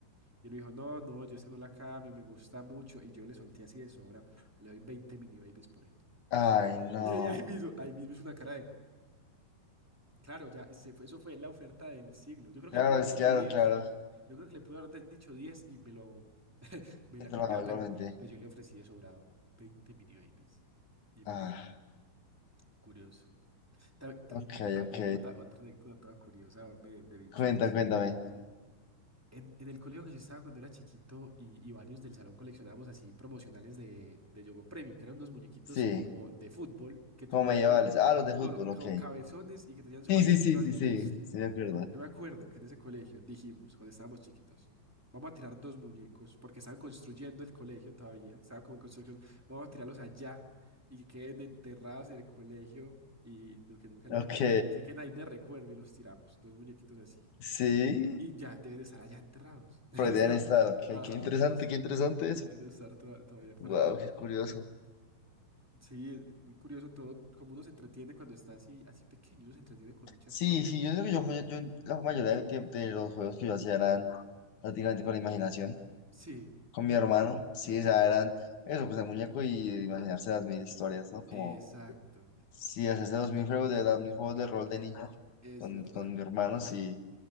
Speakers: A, in the centre; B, on the left.
A: Y él me dijo, no, no, yo esta no la cambio, me gusta mucho. Y yo le solté así de sobra, le doy 20 mini babies por este.
B: Ay, no.
A: Y ella ahí mismo, ahí mismo hizo una cara de, claro, ya, ese fue- eso fue la oferta del siglo. Yo creo
B: Claro,
A: que le pude haber
B: es
A: dicho
B: claro,
A: diez
B: claro.
A: Yo creo que le pude haber de- dicho 10 y me lo, me
B: He
A: la
B: trabajado
A: cambiaba,
B: igualmente.
A: pero pues yo le ofrecí de sobrado 20 mini babies. Y me
B: Ah,
A: la, curioso. Ta- También
B: ok,
A: tengo otra anécdota,
B: ok.
A: otra anécdota toda curiosa, hombre, de mi infancia.
B: Cuenta, cuéntame.
A: En, en el colegio que yo estaba cuando era chiquito y, y varios del salón coleccionábamos así promocionales de, de Yogo Premio, que eran unos muñequitos
B: Sí,
A: como de fútbol que tenían,
B: ¿cómo me lleva?
A: eran
B: Ah, los de fútbol,
A: todo, como
B: ok.
A: cabezones y que tenían su
B: Sí,
A: baloncito
B: sí, sí,
A: así.
B: sí, sí, sí, me acuerdo.
A: Yo me acuerdo que en ese colegio dijimos, cuando estábamos chiquitos, vamos a tirar dos muñecos porque estaban construyendo el colegio todavía, estaba como en construcción, vamos a tirarlos allá y que queden enterrados en el colegio y nu- que nunca los
B: Ok,
A: recuperemos, que queden ahí de recuerdo y los tiramos, dos muñequitos así.
B: sí,
A: Y ya deben estar allá enterrados. <laughs> Deben
B: pero
A: estar,
B: deben estar, ok.
A: ajá,
B: Qué interesante,
A: deben, es-
B: qué interesante eso.
A: deben estar toda- todavía por
B: Wow,
A: allá.
B: qué curioso.
A: Sí, es muy curioso todo, cómo uno se entretiene cuando está así, así pequeño, uno se entretiene con muchas
B: Sí,
A: cosas,
B: sí,
A: ¿no?
B: yo creo que yo, fui- yo, la mayoría del tiempo de los juegos que yo hacía eran prácticamente con la imaginación,
A: Sí,
B: con mi hermano. Sí, o sea, eran eso, pues el muñeco y imaginarse las mil historias, ¿no? Como
A: exacto,
B: Sí, hace dos mil juegos de edad, mil juegos de rol de niño
A: es
B: con,
A: verdad.
B: con mi hermano, sí.